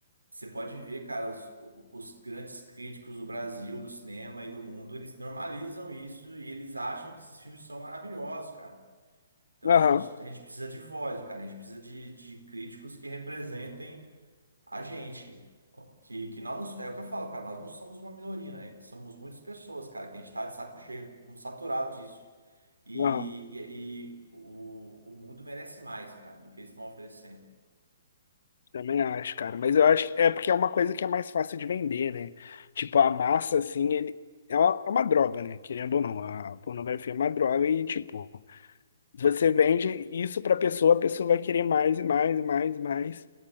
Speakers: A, on the right (about 75°); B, on the left (about 55°).
A: Você pode ver, cara, os, os grandes críticos do Brasil, do cinema e do mundo, eles normalizam isso e eles acham que esses filmes são maravilhosos, cara. Então
B: Aham.
A: a gente, a gente precisa de voz, cara. A gente precisa de, de críticos que representem a gente. Que, que nós, não- so, é o que eu falo, cara, nós não somos uma minoria, né? Somos muitas pessoas, cara, que a gente tá de saco cheio, estamos saturados disso. E,
B: Aham.
A: e, e o, o mundo merece mais, cara, do que eles estão oferecendo.
B: Também acho, cara. Mas eu acho que é porque é uma coisa que é mais fácil de vender, né? Tipo, a massa, assim, ele é uma, é uma droga, né? Querendo ou não, a pornografia é uma droga e, tipo, se você vende isso pra pessoa, a pessoa vai querer mais e mais e mais e mais.